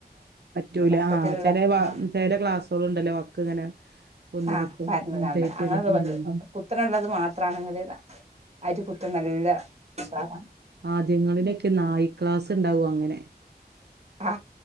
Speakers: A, on the right (about 75°); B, on the right (about 40°).
A: പറ്റൂല
B: വട്ടത്തിലുള്ള
A: ചെലെ വ
B: ആ
A: ചെല ക്ലാസ്സ്‌ ളുണ്ടല്ലോ വക്ക് ഇങ്ങനെ പൊന്തി
B: ആ
A: നിക്കും
B: പരന്ന്ക്കാണ്ട്
A: അതേറ്റല്ലേ
B: അങ്ങനെള്ളത്
A: ഉം
B: പറ്റും കുത്തനെള്ളത് മാത്രാണെങ്കില് അരി കുത്ത് നല്ല ഇതാണ്
A: ആദ്യങ്ങളിലെക്കെ നായി ക്ലാസ്സ്‌ ഇണ്ടാവു അങ്ങനെ
B: ആ